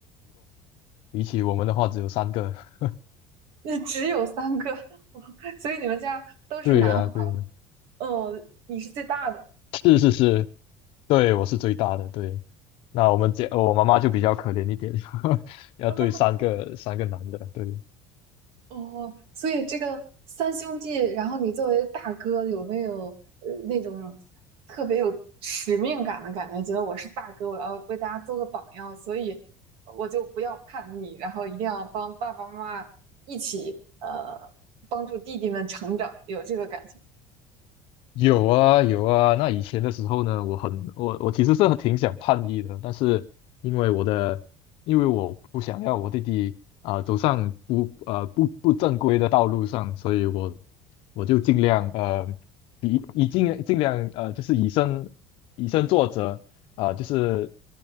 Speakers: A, on the left; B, on the right.
A: 比起我们的话只有三个。<laughs>
B: 那只有三个，<laughs> 所以你们家都是男孩儿，
A: 对呀、对呀、
B: 哦，你是最大的，
A: 是是是，对，我是最大的，对。那我们家我妈妈就比较可怜一点，<laughs> 要对三个三个男的，
B: <laughs>
A: 对。
B: 哦，所以这个三兄弟，然后你作为大哥，有没有呃那种特别有使命感的感觉？觉得我是大哥，我要为大家做个榜样，所以我就不要叛逆，然后一定要帮爸爸妈妈一起呃帮助弟弟们成长，有这个感觉。
A: 有啊有啊，那以前的时候呢，我很我我其实是挺想叛逆的，但是因为我的因为我不想要我弟弟啊、走上不呃不不正规的道路上，所以我我就尽量呃比以尽尽量呃就是以身以身作则啊、就是